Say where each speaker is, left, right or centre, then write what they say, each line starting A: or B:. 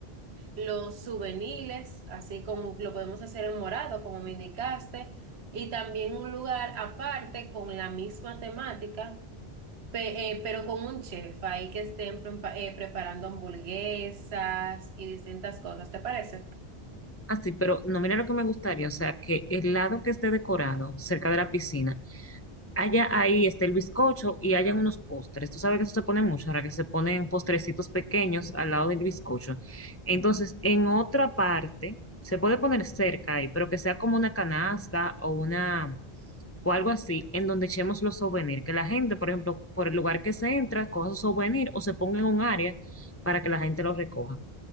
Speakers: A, on the right (about 85°); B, on the left (about 25°).
A: los juveniles, así como lo podemos hacer en morado, como me indicaste, y también un lugar aparte con la misma temática, pe- eh, pero con un chef ahí que estén prepa- eh, preparando hamburguesas y distintas cosas, ¿te parece?
B: Así, pero no, mira lo que me gustaría, o sea, que el lado que esté decorado cerca de la piscina Allá ahí está el bizcocho y hayan unos postres. Tú sabes que eso se pone mucho, ahora que se ponen postrecitos pequeños al lado del bizcocho. Entonces, en otra parte, se puede poner cerca ahí, pero que sea como una canasta o una o algo así, en donde echemos los souvenirs. Que la gente, por ejemplo, por el lugar que se entra, coja su souvenir o se ponga en un área para que la gente lo recoja.